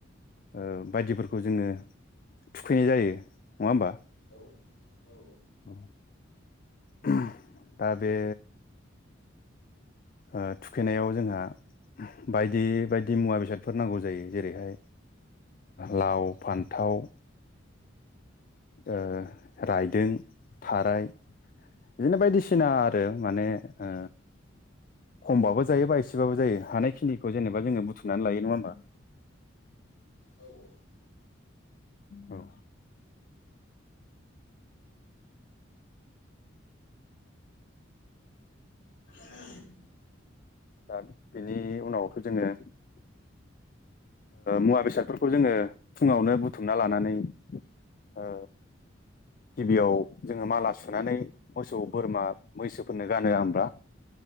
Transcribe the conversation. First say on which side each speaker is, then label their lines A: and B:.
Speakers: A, on the left; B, on the left.
A: ओ बायदिफोरखौ जोङो थुखैनाय जायो नङा होमबा?
B: औ औ
A: औ <unintelligible> दा बे ओ थुखैनायाव जोंहा बायदि बायदि मुवा बेसादफोर नांगौ जायो जेरैहाय लाव फान्थाव ओ रायदों थाराय बिदिनो बायदिसिना आरो माने ओ खमबाबो जायो बा एसेबाबो जायो हानायिनिखौ जेनेा जोङो बुथुमनानै लायो नङा होमबा?
B: औ औ
A: औ
B: <unintelligible>
A: दा बेनि उनावथ' जोङो मुवा बेसादफोरखौ जोङो फुङावनो बुथुमना लानानै ओ गिबियाव जोङो माला सुनानै मोसौ बोरमा मैसोफोरनो गानहोआ होनब्ला <unintelligible>